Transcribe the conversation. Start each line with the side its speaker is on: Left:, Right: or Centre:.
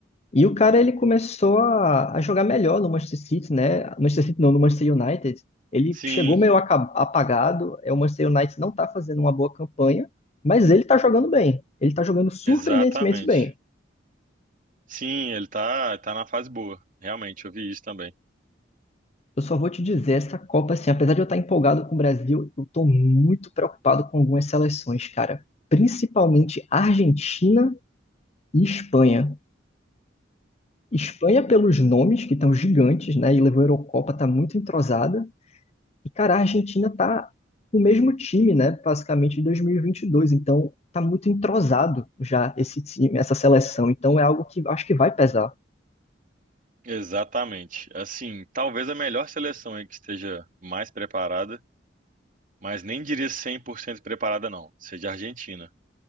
Left: E o cara ele começou a, a jogar melhor no Manchester City, né? Manchester City não, no Manchester United. Ele
Right: Sim,
Left: chegou meio aca- apagado. É, o Manchester United não tá fazendo uma boa campanha, mas ele tá jogando bem. Ele tá jogando surpreendentemente
Right: exatamente.
Left: bem.
Right: Sim, ele tá, tá na fase boa. Realmente, eu vi isso também.
Left: Eu só vou te dizer, essa Copa, assim, apesar de eu estar empolgado com o Brasil, eu tô muito preocupado com algumas seleções, cara. Principalmente Argentina e Espanha. Espanha, pelos nomes, que estão gigantes, né? E levou a Eurocopa, tá muito entrosada. E, cara, a Argentina tá com o mesmo time, né? Basicamente de 2022. Então, tá muito entrosado já esse time, essa seleção. Então, é algo que acho que vai pesar.
Right: Exatamente. Assim, talvez a melhor seleção aí que esteja mais preparada, mas nem diria 100% preparada, não, seja a Argentina.